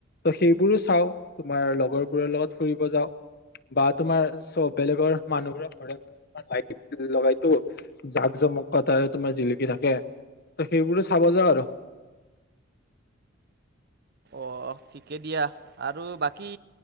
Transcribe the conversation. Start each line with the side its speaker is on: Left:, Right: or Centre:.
Left: ত' সেইবোৰো চাও তোমাৰ লগৰবোৰৰ লগত ফুৰিব যাওঁ। বা তোমাৰ চব বেলেগৰ মানুহবোৰে ঘৰে ঘৰে তোমাৰ লাইট লগাইতো জাক জ- মকটাৰে তোমাৰ জিলিকি থাকে। ত সেইবোৰো চাব যাওঁ আৰু।
Right: অ ঠিকে দিয়া আৰু বাকী